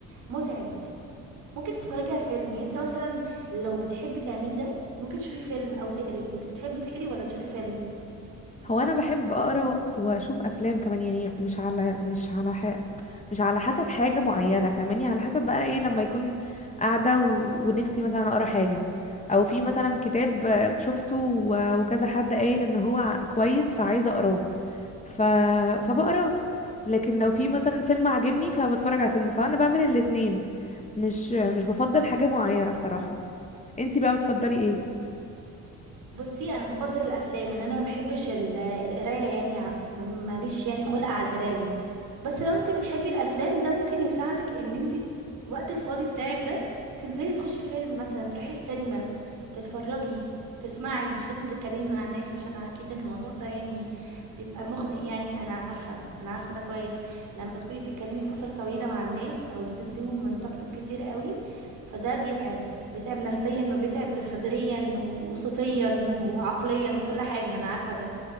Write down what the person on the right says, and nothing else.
متعب ممكن تتفرجي على الفيلم يعني انت مثلا لو بتحبي تعملي ده ممكن تشوفي فيلم او تقري انت بتحبي تقري ولا تشوفي فيلم
بصي انا بفضل الافلام ان انا ما بحبش ال- القرايه يعني ع- م- ماليش يعني خلق على القرايه بس لو انت بتحبي الافلام ده ممكن يساعدك ان انت وقت الفاضي بتاعك ده تنزلي تخشي فيلم مثلا تروحي السينما تتفرجي تسمعي مش لازم تتكلمي مع الناس عشان اكيد الموضوع ده يعني بيبقى مخنق يعني انا عارفه انا عارفه ده كويس لما تكوني بتتكلمي فتره طويله مع الناس او بتديهم من طاقتك كتير قوي فده بيتعب بيتعب نفسيا وبيتعب جسديا و- وصوتيا <laughs> وعقليا وكل حاجة أنا عارفة ده